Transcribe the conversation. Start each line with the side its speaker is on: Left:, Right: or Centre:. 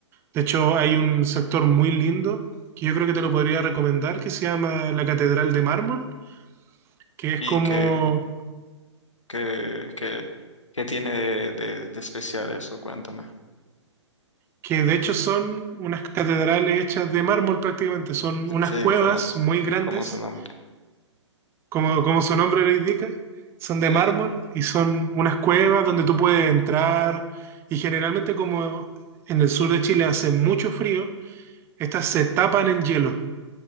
Right: De hecho, hay un sector muy lindo que yo creo que te lo podría recomendar, que se llama la Catedral de Mármol que es
Left: ¿Y
Right: como
Left: qué, qué, qué- qué tiene de, de- de especial eso? Cuéntame.
Right: que de hecho son unas catedrales hechas de mármol prácticamente, son
Left: Sí,
Right: unas
Left: sí,
Right: cuevas
Left: ¿cómo es,
Right: muy grandes,
Left: cómo es su nombre?
Right: como, como su nombre lo indica, son
Left: Sí.
Right: de mármol y son unas cuevas donde tú puedes entrar y generalmente como en el sur de Chile hace mucho frío, estas se tapan en hielo.